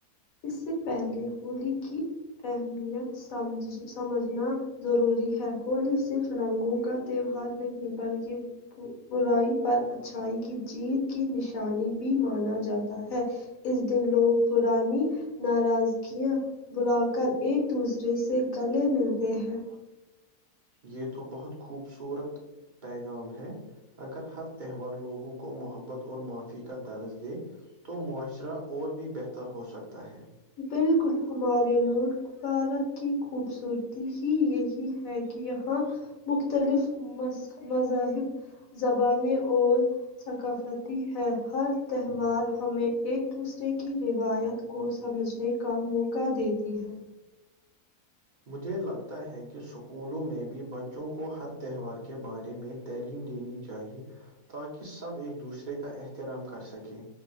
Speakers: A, on the left; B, on the right.
A: اس سے پہلے ہولی کی اہمیت سمجھ سمجھنا ضروری ہے ہولی صرف رنگوں کا تہوار نہیں بلکہ برائی پر اچھائی کی جیت کی نشانی بھی مانا جاتا ہے اس دن لوگ پرانی ناراض گیاں بھولا کر ایک دوسرے سے گلے ملتے ہیں
B: یہ تو بہت خوبصورت پیغام ہے اگر ہر تہوار لوگوں کو محبت اور معافی کا درس دے تو معاشرہ اور بھی بہتر ہو سکتا ہے
A: بالکل ہمارے مع بھارت کی خوبصورتی ہی یہی ہے کہ یہاں مختلف مذ مذاہب زبانیں اور ثقافتی ہے ہر تہوار ہمیں ایک دوسرے کی روایت کو سمجھنے کا موقع دیتی ہے
B: مجھے لگتا ہے کہ اسکولوں میں بھی بچوں کو ہر تہوار کے بارے میں تعلیم دینی چاہیے تاکہ سب ایک دوسرے کا احترام کر سکیں